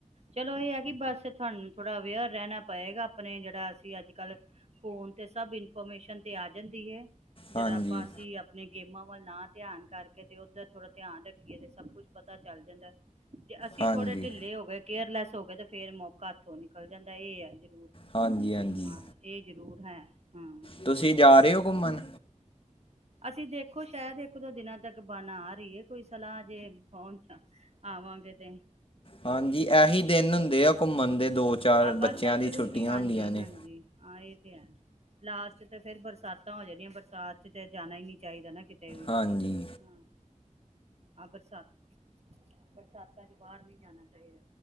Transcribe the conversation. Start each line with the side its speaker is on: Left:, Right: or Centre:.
Right: ਚਲੋ ਇਹ ਹੈ ਕਿ ਬੱਸ ਤੁਹਾਨੂੰ ਥੋੜ੍ਹਾ ਅਵੇਅਰ ਰਹਿਣਾ ਪਏਗਾ ਆਪਣੇ ਜਿਹੜਾ ਅਸੀਂ ਅੱਜ ਕੱਲ੍ਹ ਫੋਨ 'ਤੇ ਸਭ ਇਨਫੋਰਮੇਸ਼ਨ 'ਤੇ ਆ ਜਾਂਦੀ ਹੈ। ਜਿਹੜਾ
Left: ਹਾਂਜੀ
Right: ਆਪਾਂ ਅਸੀਂ ਆਪਣੇ ਗੇਮਾਂ ਵੱਲ ਨਾ ਧਿਆਨ ਕਰਕੇ ਤੇ ਉਧਰ ਥੋੜ੍ਹਾ ਧਿਆਨ ਰੱਖੀਏ ਤੇ ਸਭ ਕੁਛ ਪਤਾ ਚੱਲ ਜਾਂਦਾ। ਜੇ ਅਸੀਂ
Left: ਹਾਂਜੀ
Right: ਥੋੜੇ ਢਿੱਲੇ ਹੋ ਗਏ। ਕੇਅਰਲੈਸ ਹੋਏ ਤੇ ਫੇਰ ਮੌਕੇ ਕੱਥੋਂ ਨਿਕਲ ਜਾਂਦਾ। ਇਹ ਆ ਜ਼ਰੂਰ
Left: ਹਾਂਜੀ ਹਾਂਜੀ
Right: ਹਾਂ ਇਹ ਜ਼ਰੂਰ ਹੈ ਹਮ
Left: ਤੁਸੀਂ ਜਾ ਰਹੇ ਹੋ ਘੁੰਮਣ
Right: ਅਸੀਂ ਦੇਖੋ ਸ਼ਾਇਦ ਇੱਕ ਦੋ ਦਿਨਾਂ ਤੱਕ ਬਣਆ ਰਹੀ ਹੈ, ਕੋਈ ਸਲਾਹ ਜੇ ਪਹੁਚ ਆਵਾਂਗੇ ਤੇ
Left: ਹਾਂਜੀ ਇਹੀ ਦਿਨ ਹੁੰਦੇ ਆ ਘੁੰਮਣ ਦੇ ਦੋ ਚਾਰ
Right: ਆ ਬਸ
Left: ਬੱਚਿਆਂ
Right: ਹੈ
Left: ਦੀ
Right: ਸ਼ੁਰੂ
Left: ਛੁੱਟੀਆਂ
Right: ਸੀ ਹਾਂਜੀ
Left: ਹੁੰਦੀਆਂ ਨੇ
Right: ਹਾਂਜੀ ਹਾਂ ਇਹ ਤੇ ਹੈ ਲਾਸਟ ਤਾਂ ਫੇਰ ਬਰਸਾਤਾਂ ਹੋ ਜਾਣੀਆਂ ਬਰਸਾਤ ਚ ਤਾਂ ਜਾਣਾ ਹੀ ਨਹੀਂ ਚਾਹੀਦਾ ਨਾ ਕਿਤੇ ਤੇ ਵੀ
Left: ਹਾਂਜੀ
Right: ਹਮ ਹਾਂ ਬਰਸਾਤ ਬਰਸਾਤਾਂ ਚ ਬਾਹਰ ਨਹੀਂ ਜਾਣਾ ਚਾਹੀਦਾ